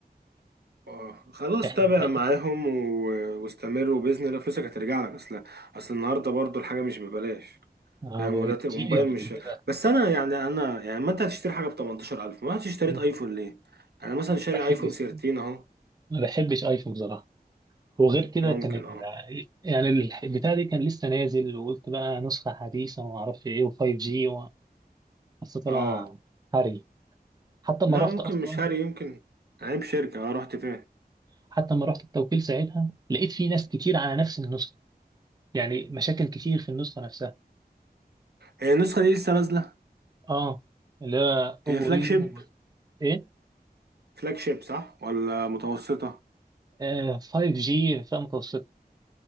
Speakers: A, on the right; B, on the right.
A: آه، خلاص
B: احنا
A: تابع
B: حقيقي
A: معاهم و- واستمر وبإذن الله فلوسك هترجع لك أصل أصل النهاردة برضو الحاجة مش ببلاش
B: اه
A: فاهم
B: بقى
A: وده
B: كتير
A: ت- وموبايل مش
B: كتير
A: بس أنا يعني أنا يعني ما أنت هتشتري حاجة ب 18000 ما أنت اشتريت
B: ما
A: أيفون ليه؟ أنا مثلا شاري
B: بحبش
A: أيفون 13 أهو
B: ما بحبش ايفون بصراحه وغير كده
A: ممكن
B: كان ال...
A: أه
B: يعني البتاع دي كان لسه نازل وقلت بقى نسخه حديثه وما اعرفش ايه و5 جي بس طلع
A: أه
B: هري حتى ما
A: لا
B: رحت
A: ممكن
B: اصلا
A: مش هاري يمكن عيب شركة أنا رحت فين؟
B: حتى ما رحت التوكيل ساعتها لقيت في ناس كتير على نفس النسخه يعني مشاكل كتير في النسخه نفسها
A: هي النسخة دي لسه نازلة
B: اه اللي هو طب
A: هي
B: ورينو
A: فلاج شيب
B: ايه
A: فلاج شيب صح ولا متوسطة؟
B: آه 5G فئة متوسطة